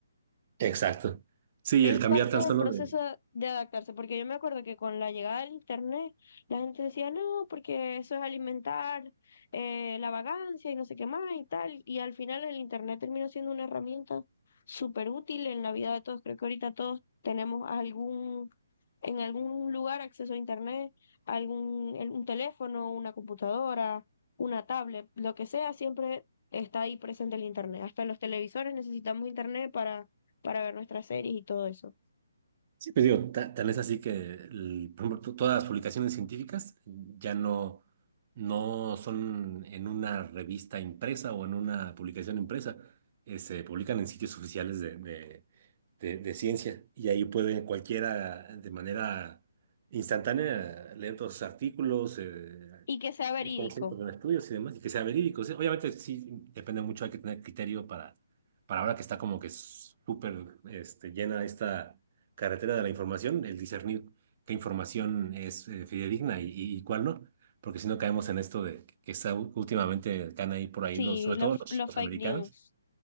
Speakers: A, on the right; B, on the left.
A: Exacto. Sí,
B: Es
A: el cambiar
B: parte
A: tan solo
B: del proceso
A: de,
B: de adaptarse, porque yo me acuerdo que con la llegada del Internet, la gente decía, no, porque eso es alimentar eh, la vagancia y no sé qué más y tal. Y al final el Internet terminó siendo una herramienta súper útil en la vida de todos. Creo que ahorita todos tenemos algún en algún lugar acceso a internet, algún el- un teléfono, una computadora, una tablet, lo que sea, siempre está ahí presente el internet. Hasta los televisores necesitamos internet para, para ver nuestras series y todo eso.
A: Sí, pues digo, ta- tan es así que, el- por ejemplo, to- todas las publicaciones científicas ya no, no son en una revista impresa o en una publicación impresa, eh, se publican en sitios oficiales de, de, de- de ciencia y ahí puede cualquiera de manera instantánea leer todos sus artículos, eh,
B: Y que sea verídico.
A: cómo se con estudios y demás, y que sea verídico. O sea, obviamente sí, depende mucho, hay que tener criterio para, para ahora que está como que súper este, llena esta carretera de la información, el discernir qué información es eh, fidedigna y, y- y cuál no, porque si no caemos en esto de que está u- últimamente están ahí por ahí
B: Sí,
A: los, sobre
B: los,
A: todo los,
B: los
A: los
B: fake
A: americanos,
B: news.